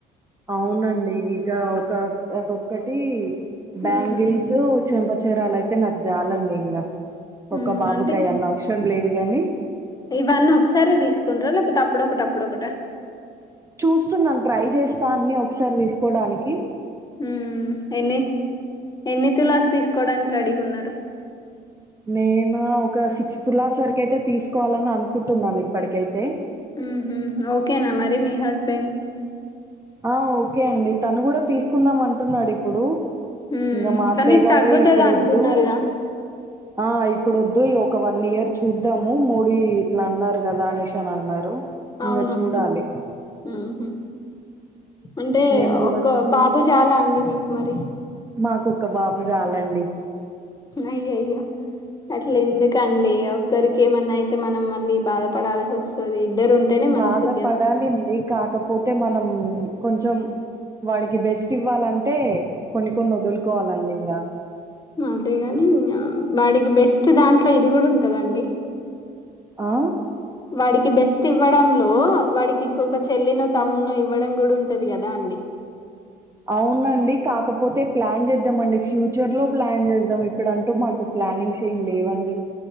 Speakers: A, on the right; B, on the left.
A: అవునండి ఇక ఒక అదొక్కటి
B: హ్మ్.
A: బ్యాంగిల్స్ చెంప చేరాలయితే నాకు జాలండి ఇంకా
B: హ్మ్.
A: ఒక్క బాబుకి
B: అంటే
A: అయన్ని అవసరం లేదు గాని
B: ఇవన్నీ ఒకసారే తీసుకుంటార లేకపోతే అప్పుడొకటి అప్పుడోకట
A: చూస్తున్నాను ట్రై చేస్తా అన్ని ఒకసారి తీసుకోడానికి
B: ఉమ్ ఎన్ని ఎన్ని తులాస్ తీసుకోవడానికి రెడీగా ఉన్నారు
A: నేను ఒక సిక్స్ తులాస్ వరకు అయితే తీసుకోవాలని అనుకుంటున్నాను ఇప్పటికైతే
B: ఉహు ఓకేనా మరి మీ హస్బెండ్
A: ఆ ఓకే అండి తను కూడా తీసుకుందాం అంటున్నాడు ఇప్పుడు
B: హ్మ్.
A: ఇంకా మా అత్తయ్య
B: కానీ
A: గారే
B: తగ్గుతది
A: ఇప్పుడు
B: అంటున్నరుగా?
A: వద్దు ఆ ఇప్పుడు వద్దు ఒక వన్ ఇయర్ చూద్దాము మోడీ ఇట్లా అన్నారు కదా అనేసి అని అన్నారు ఇంగ
B: అవునవును.
A: చూడాలి
B: హుహు. అంటే
A: మేము కూడా
B: ఒక బాబు చాలా అండి మీకు మరి
A: మాకు ఒక్క బాబు చాలండి
B: అయ్య య్యో అట్ల ఎందుకండి ఒకరికి ఏమన్నా అయితే మనం మళ్ళ బాధపడాల్సి వస్తది ఇద్దరు ఉంటేనే మంచిది
A: బాధపడాలండి
B: కదా
A: కాకపోతే మనం కొంచెం వాడికి బెస్ట్ ఇవ్వాలంటే కొన్ని కొన్ని వదులుకోవాలండి ఇంగా
B: అదేగాని ఇగ వాడికి బెస్ట్ దాంట్లో ఇది కూడా ఉంటదండి.
A: ఆ
B: వాడికి బెస్ట్ ఇవ్వడంలో వాడికి ఇంకొక చెల్లినో తమ్మునో ఇవ్వడం కూడా ఉంటది కదా అండి.
A: అవునండి కాకపోతే ప్లాన్ చేద్దామ అండి ఫ్యూచర్ లో ప్లాన్ చేద్దాం ఇప్పుడు అంటూ మాకు ఓ ప్లానింగ్స్ ఏమి లేవండి.